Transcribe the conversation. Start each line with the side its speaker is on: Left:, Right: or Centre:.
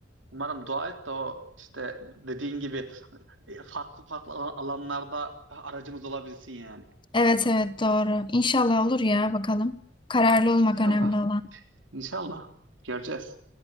Right: Umarım dua et de o işte dediğin gibi e, farklı farklı alanlarda aracımız olabilsin yani.
Left: Evet evet doğru. İnşallah olur ya bakalım. Kararlı olmak
Right: İnşallah.
Left: önemli olan.
Right: İnşallah göreceğiz.